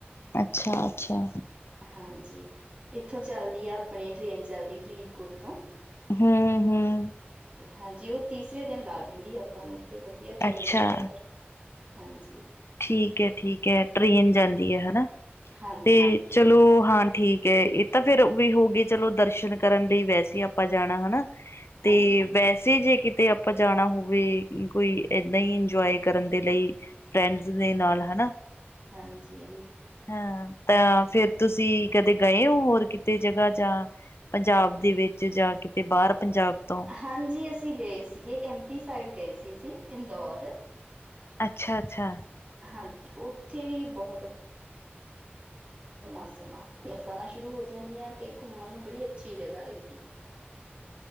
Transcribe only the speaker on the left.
ਅੱਛਾ- ਅੱਛਾ।
ਹਮ- ਹਮ।
ਅੱਛਾ
ਠੀਕ ਹੈ- ਠੀਕ ਹੈ ਟਰੇਨ ਜਾਂਦੀ ਹੈ ਹਨਾ
ਤੇ ਚਲੋ ਹਾਂ ਠੀਕ ਹੈ ਇਹ ਤਾਂ ਫੇਰ ਔਵੀ ਹੋ ਗਈ ਚਲੋ ਦਰਸ਼ਨ ਕਰਨ ਲਈ ਵੈਸੇ ਆਪਾਂ ਜਾਣਾ ਹਨਾ।
ਤੇ
ਵੈਸੇ ਜੇ ਕਿਤ ਤੇ ਆਪਾਂ ਜਾਣਾ ਹੋਵੇ ਕੋਈ ਏਦਾਂ ਈ ਇੰਜਵਾਏ ਕਰਨ ਦੇ ਲਈ ਫਰੈਂਡਸ ਦੇ ਨਾਲ ਹਨਾ।
ਹਾਂ ਤਾਂ ਫਿਰ ਤੁਸੀਂ ਕਦੇ ਗਏ ਔ ਹੋਰ ਕਿਤੇ ਜਗਾ ਜਾਂ ਪੰਜਾਬ ਦੇ ਵਿੱਚ, ਜਾਂ ਕਿਤੇ ਬਾਹਰ ਪੰਜਾਬ ਤੋਂ?
ਅੱਛਾ -ਅੱਛਾ।